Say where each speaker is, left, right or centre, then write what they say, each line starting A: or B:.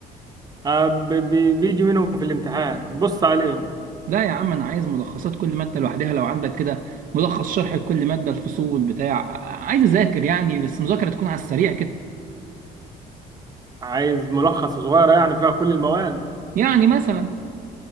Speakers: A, on the right; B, on the right.
A: آه، بي- بي- بيجي منهم في الامتحان بص عليهم
B: لا يا عم انا عايز ملخصات كل ماده لوحدها لو عندك كده ملخص شرح لكل ماده الفصول بتاع عايز اذاكر يعني بس مذاكره تكون على السريع كده
A: عايز ملخص صغيرة يعني فيها كل المواد
B: يعني مثلا